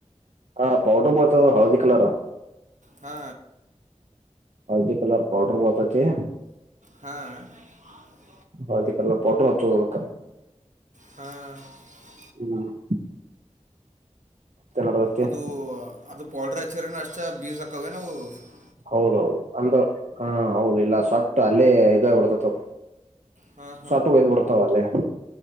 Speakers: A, on the right (about 70°); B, on the right (about 90°).
A: ಹಾ ಪೌಡರ್ ಮತ್ತು ಹಳದಿ ಕಲರ್
B: ಹಾ
A: ಹಳದಿ ಕಲರ್ ಪಡರ್ ಬರ್ತದೆ
B: ಹಾ <unintelligible>
A: ಹಳದಿ ಕಲರ್ ಪೌಡರ್ ಹಚ್ಚುವುದಕ್ಕ
B: ಹಾ <unintelligible>
A: ಹ್ಮ <unintelligible> ಕನ್ನಡದಕ್ಕೆ
B: ಅದು
A: <unintelligible>
B: ಅದು ಪೌಡರ್ ಚಿ ನಷ್ಟ ಬೀಜಕ್ಕೇ <unintelligible> ಹಲವು <unintelligible>
A: ಹೌದೌ-ದು ಅಂದ ಹಾ ಹೌದ ಇಲ್ಲ ಸವಟ್ಟ ಅಲ್ಲೇ ಇದುಬಿಡ್ತತ
B: ಹಾಂ
A: ಸಾಟು ವದು <unintelligible> ಒಡತ ಒೆ